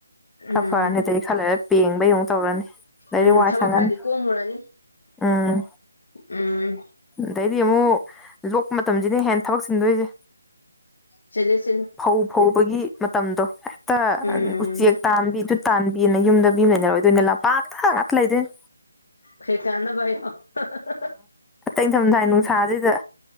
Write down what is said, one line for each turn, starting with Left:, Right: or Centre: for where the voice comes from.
Left: ꯎꯝ
Centre: ꯈꯔ ꯐꯔꯅꯤ ꯑꯗꯩ ꯈꯥ ꯂꯩꯔꯥ ꯄꯦꯡꯕꯩ ꯑꯃꯨꯛ ꯇꯧꯔꯅꯤ ꯑꯗꯩꯗꯤ
Left: ꯎꯝ
Centre: ꯋꯥꯏ
Left: ꯊꯕꯛ
Centre: ꯁꯪꯉꯅꯤ
Left: ꯈꯔꯗꯤ ꯀꯣꯝꯃꯨꯔꯅꯤ
Centre: ꯎꯝ
Left: ꯎꯝ
Centre: ꯑꯗꯩꯗꯤ ꯑꯃꯨꯛ ꯂꯣꯛꯄ ꯃꯇꯝꯁꯤꯅ ꯍꯦꯟꯅ ꯊꯕꯛ ꯆꯤꯟꯗꯣꯏꯁꯦ
Left: ꯆꯤꯟꯂꯦ ꯆꯤꯟ
Centre: ꯐꯧ ꯐꯧꯕꯒꯤ ꯃꯇꯝꯗꯣ ꯍꯦꯛꯇ
Left: ꯎꯝ
Centre: ꯎꯆꯦꯛ ꯇꯥꯟꯕꯤꯗꯨ ꯇꯥꯟꯕꯤꯅ ꯌꯨꯝꯗ ꯃꯤ ꯂꯩꯅꯔꯣꯏꯗꯣꯏꯅꯦ ꯂꯝꯄꯥꯛꯇ ꯉꯥꯛꯇ ꯂꯩꯗꯣꯏꯅꯦ
Left: ꯆꯦꯛ ꯇꯥꯟꯅꯕꯥꯌꯣ <unintelligible>
Centre: ꯏꯪꯊꯝꯊꯥꯏ ꯅꯨꯡꯁꯥꯁꯤꯗ